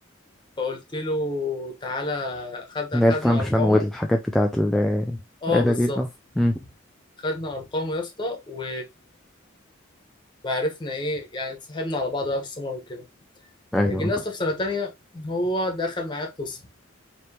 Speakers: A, on the left (about 25°); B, in the centre.
A: فقلت له تعالى خد
B: اللي
A: خدنا
B: هي الفانكشن
A: ارقامه
B: والحاجات بتاعت ال-
A: اه
B: الآلة
A: بالظبط
B: دي ده مم.
A: خدنا ارقامه يا اسطى و... وعرفنا ايه يعني اتصاحبنا على بعض بقى في السمر وكده
B: ايوه
A: فجينا يا اسطى في سنه تانية هو دخل معايا القسم